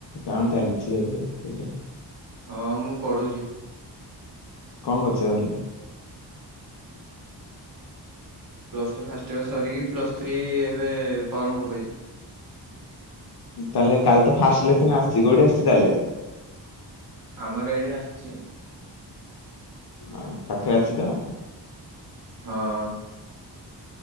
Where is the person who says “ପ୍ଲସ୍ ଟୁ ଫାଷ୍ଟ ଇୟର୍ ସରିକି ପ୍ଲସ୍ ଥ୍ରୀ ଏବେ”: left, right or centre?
Right